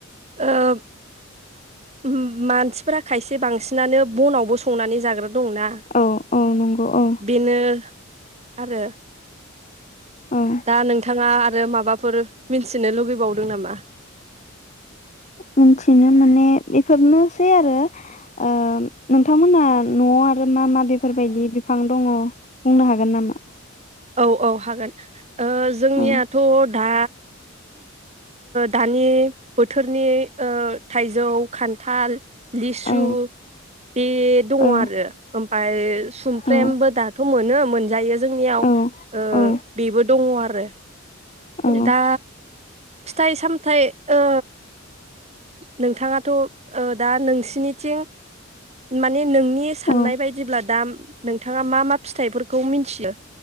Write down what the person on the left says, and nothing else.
औ औ नंगौ औ
औ
मिथिनो माने बेफोरनोसै आरो ओ नोंथांमोनहा नआव आ रो मा मा बेफोरबायदि बिफां दङ बुंनो हागोन नामा?
औ
औ
औ
औ
औ
औ
औ
औ